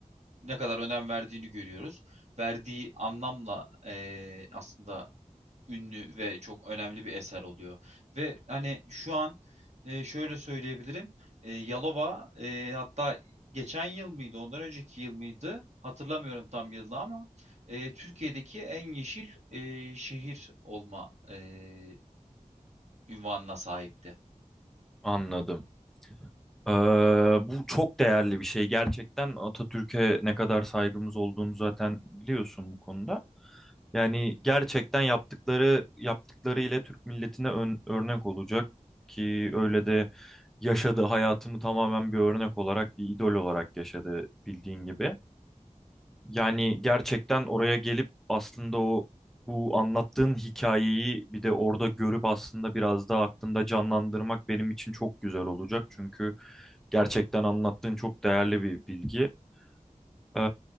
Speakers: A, on the right; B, in the centre.
A: ne kadar önem verdiğini görüyoruz. Verdiği anlamla e, aslında ünlü ve çok önemli bir eser oluyor. Ve hani şu an e, şöyle söyleyebilirim. E, Yalova e, hatta geçen yıl mıydı, ondan önceki yıl mıydı? Hatırlamıyorum tam yılı ama e, Türkiye'deki en yeşil e, şehir olma e, ünvanına sahipti.
B: Anladım. Eee, bu çok değerli bir şey gerçekten. Atatürk'e ne kadar saygımız olduğunu zaten biliyorsun bu konuda. Yani gerçekten yaptıkları yaptıkları ile Türk milletine ön- örnek olacak ki öyle de yaşadı hayatını tamamen bir örnek olarak bir idol olarak yaşadı bildiğin gibi. Yani gerçekten oraya gelip aslında o bu anlattığın hikayeyi bir de orada görüp aslında biraz daha aklında canlandırmak benim için çok güzel olacak. Çünkü gerçekten anlattığın çok değerli bir bilgi. Ee,